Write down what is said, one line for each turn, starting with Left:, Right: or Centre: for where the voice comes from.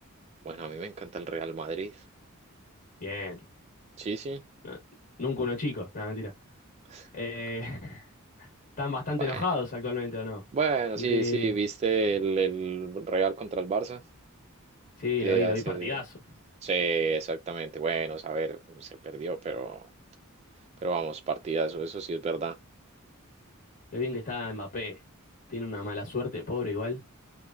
Right: Bueno, a mí me encanta el Real Madrid.
Left: Bien.
Right: Sí, sí.
Left: No, nunca uno chico. Nada, mentira.
Right: <laughs>
Left: Eh, <laughs> están bastante
Right: Bueno,
Left: enojados actualmente, ¿o no?
Right: bueno,
Left: Aunque
Right: sí, sí, viste el, el Real contra el Barça.
Left: sí,
Right: Eh,
Left: lo vi,
Right: hace...
Left: lo vi partidazo.
Right: Sí, exactamente. Bueno, a ver, se perdió, pero, pero vamos, partidazo, eso sí es verdad.
Left: Qué bien que está Mbappé. Tiene una mala suerte, pobre igual.